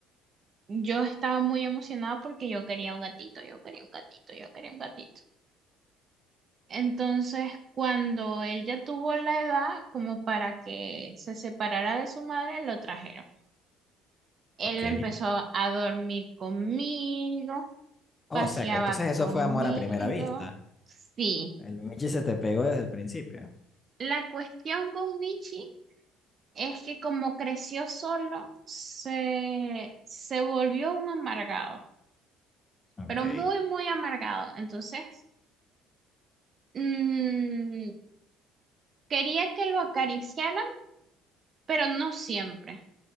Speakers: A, on the right; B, on the left.
A: Yo estaba muy emocionada porque yo quería un gatito, yo quería un gatito, yo quería un gatito. Entonces, cuando él ya tuvo la edad como para que se separara de su madre, lo trajeron. Él
B: ok.
A: empezó a dormir conmigo,
B: Oh,
A: paseaba
B: o sea que entonces eso
A: conmigo.
B: fue amor a primera vista.
A: Sí,
B: El Michi se te pegó desde el principio.
A: la cuestión con Michi es que como creció solo, se, se volvió un amargado,
B: Ok,
A: pero muy, muy amargado. Entonces... mm, Quería que lo acariciaran, pero no siempre.